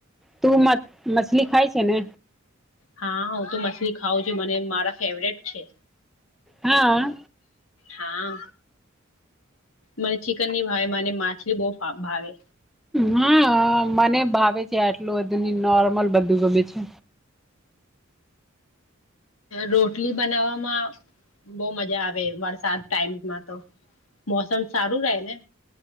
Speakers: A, in the centre; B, on the left.
A: તું <unintelligible> મછલી ખાય છે ને
B: હા, હું તો મછલી ખઉં છું મને મારા ફેવરેટ છે.
A: હા
B: હા, મને ચિકન નહી ભાવે મને માછલી બહુ <unintelligible> ભાવે
A: હા, મને ભાવે છે આટલું બધું ને નોર્મલ બધું ગમે છે.
B: રોટલી બનાવવામાં બવ મજા આવે વરસાદ ટાઈમમાં તો મોસમ સારું રહે ને